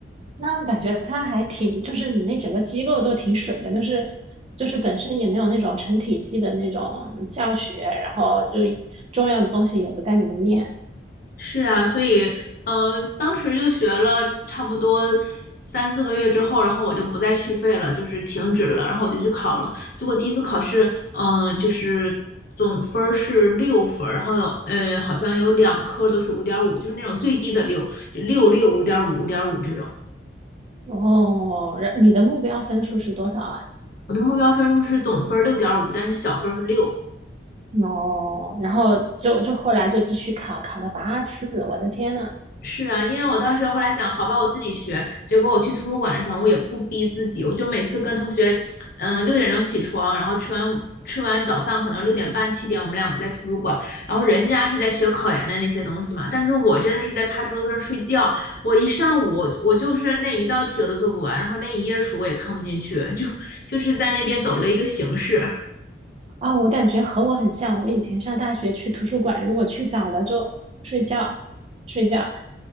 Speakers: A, on the right (about 35°); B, on the left (about 55°).
A: 那我感觉他还挺，就是你那整个机构都挺水的，就是就是本身也没有那种成体系的那种教学，然后就重要的东西也不带你们念。
B: 是啊，所以，嗯，当时就学了差不多三四个月之后，然后我就不再续费了，就是停止了，然后我就去考了。结果第一次考试，嗯、就是总分儿是六分儿然后呃，好像有两科都是五点五，就是那种最低的六，就六六五点五五点五这种。
A: 哦，然你的目标分数是多少啊？
B: 我的目标分数是总分六点五，但是小分儿是六，
A: 哦，然后就就后来就继续考，考了八次，我的天呐！
B: 是啊，因为我当时后来想，好吧，我自己学。结果我去图书馆的时候，我也不逼自己，我就每次跟同学，嗯、六点钟起床，然后吃完吃完早饭，可能六点半七点，我们两个在图书馆。然后人家是在学考研的那些东西嘛，但是我真的是在趴桌子上睡觉。我一上午，我我就是那一道题我都做不完，然后那一页书我也看不进去，就就是在那边走了一个形式。
A: 啊，我感觉和我很像，我以前上大学去图书馆，如果去早了就睡觉，睡觉，